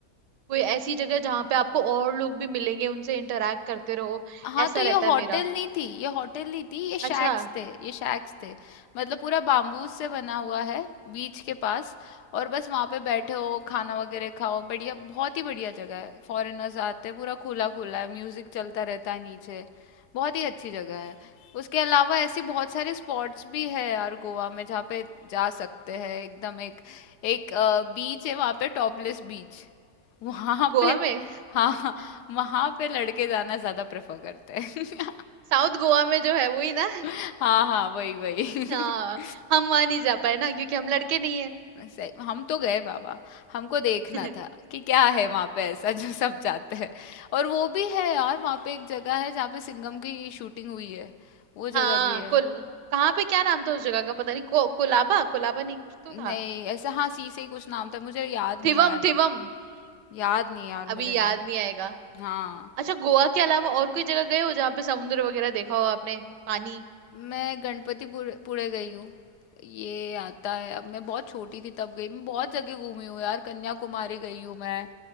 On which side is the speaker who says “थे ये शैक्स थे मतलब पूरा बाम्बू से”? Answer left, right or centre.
Left